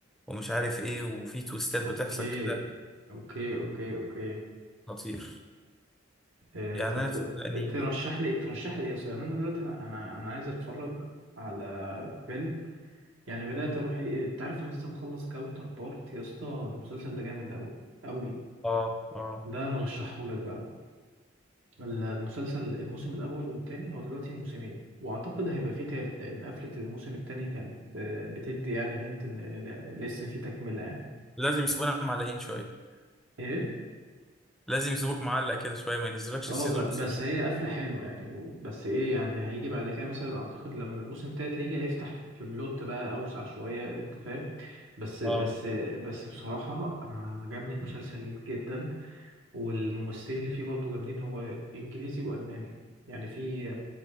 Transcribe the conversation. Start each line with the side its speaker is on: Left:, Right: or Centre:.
Centre: ومش عارف ايه وفي تويستات
Right: اوكي
Centre: بتحصل كده
Right: اوكي اوكي اوكي
Centre: خطير
Right: آه
Centre: يعني
Right: طب
Centre: انا صدقني
Right: ترشح لي ترشح لي ايه صحيح انا دلوقتي انا انا انا عايز اتفرج على فيلم يعني بدات اروح ايه انت عارف انا لسه مخلص كاونتر بارت يا اسطى المسلسل ده جامد قوي قوي
Centre: اه اه
Right: ده انا رشحه لك بقى المسلسل الموسم الاول والتاني هو دلوقتي موسمين واعتقد هيبقى فيه تالت لان قفله الموسم التاني كانت آه، بتدي يعني هنت ان ل- لسه في تكمله يعني
Centre: لازم يسيبونا معلقين شوية
Right: ايه
Centre: لازم يسيبوك معلق كده شوية ما ينزلكش
Right: اه
Centre: السيزون
Right: ب-
Centre: بسرعة
Right: بس هي قفلة حلوة يعني و- بس ايه يعني هيجي بعد كده مثلا اعتقد لما الموسم التالت هيجي هيفتح في بلوت بقى اوسع شوية انت فاهم بس بس
Centre: اه
Right: بس بصراحة انا أنا عجبني المسلسل جدا والممثلين اللي فيه برضه جامدين هو انجليزي والماني يعني في